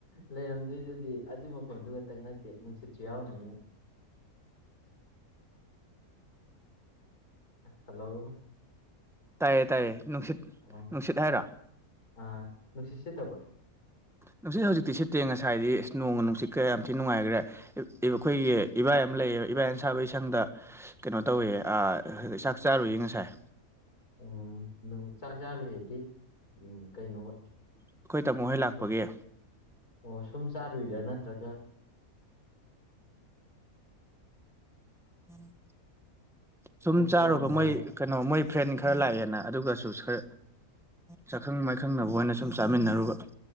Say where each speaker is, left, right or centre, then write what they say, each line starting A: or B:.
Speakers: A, on the left (about 85°); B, in the centre.
A: ꯂꯩꯔꯝꯗꯣꯏꯗꯨꯗꯤ ꯑꯗꯨ ꯃꯈꯣꯟꯗꯨ ꯈꯛꯇꯪ ꯅꯠꯇꯦ ꯅꯨꯡꯁꯤꯠꯁꯨ ꯌꯥꯎꯔꯝꯒꯅꯤ <unintelligible> ꯍꯜꯂꯣ
B: ꯇꯥꯏꯌꯦ ꯇꯥꯏꯌꯦ ꯅꯨꯡꯁꯤꯠ
A: ꯑꯣ
B: ꯅꯨꯡꯁꯤꯠ ꯍꯥꯏꯔꯣ
A: ꯑꯥ ꯅꯨꯡꯁꯤꯠꯁꯤ ꯇꯕ꯭ꯔ
B: ꯅꯨꯡꯁꯤꯠ ꯍꯧꯖꯤꯛꯇꯤ ꯁꯤꯠꯇꯦ ꯉꯁꯥꯏꯗꯤ ꯏꯁ ꯅꯣꯡꯒ ꯅꯨꯡꯁꯤꯠꯀ ꯌꯥꯝ ꯊꯤꯅ ꯅꯨꯡꯉꯥꯏꯈ꯭ꯔꯦ ꯑꯩꯈꯣꯏꯒꯤ ꯏꯚ ꯏꯄꯥ ꯑꯃ ꯂꯩꯌꯦ ꯏꯕꯥꯏꯌꯥ ꯁꯥꯕ ꯏꯁꯪꯗ ꯀꯩꯅꯣ ꯇꯧꯋꯦ ꯆꯥꯛ ꯆꯥꯔꯨꯏꯌꯦ ꯉꯁꯥꯏ
A: ꯎꯝ ꯑꯗꯨꯝ ꯆꯥꯛ ꯆꯥꯔꯨꯍꯦꯗꯤ ꯎꯝ ꯀꯩꯅꯣꯒ
B: ꯑꯩꯈꯣꯏ ꯇꯥꯃꯣ ꯍꯣꯏ ꯂꯥꯛꯄꯒꯤ
A: ꯑ ꯑꯣ ꯁꯨꯝ ꯆꯥꯔꯨꯏꯗꯔꯥ ꯅꯠꯇ꯭ꯔꯒ
B: ꯎꯝ ꯁꯨꯝ
A: ꯃꯣꯏ
B: ꯆꯥꯔꯨꯕ
A: ꯄ꯭ꯔꯣꯒꯥꯝ ꯂꯩꯔ
B: ꯃꯣꯏ ꯀꯩꯅꯣ ꯃꯣꯏ ꯐ꯭ꯔꯦꯟ ꯈꯔ ꯂꯥꯛꯑꯦꯅ ꯑꯗꯨꯒꯁꯨ ꯈ ꯁꯛꯈꯪ ꯃꯥꯏꯈꯪꯅꯕ ꯑꯣꯏꯅ ꯁꯨꯝ ꯆꯥꯃꯤꯟꯅꯔꯨꯕ